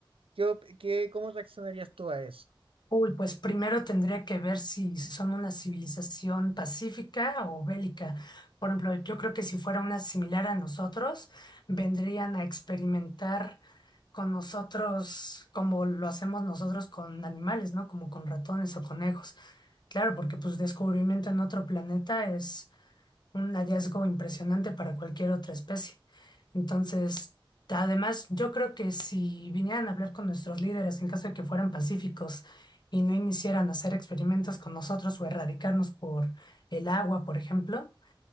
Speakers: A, on the right (about 80°); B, on the left (about 55°).
A: ¿Qué, op- qué- cómo reaccionarías tú a eso?
B: Uy, pues primero tendría que ver si son una civilización pacífica o bélica. Por ejemplo, yo creo que si fuera una similar a nosotros, vendrían a experimentar con nosotros como lo hacemos nosotros con animales, ¿no? Como con ratones o conejos. Claro, porque pues descubrimiento en otro planeta es un hallazgo impresionante para cualquier otra especie. Entonces, además, yo creo que si vinieran a hablar con nuestros líderes en caso de que fueran pacíficos y no iniciaran a hacer experimentos con nosotros o erradicarnos por el agua, por ejemplo,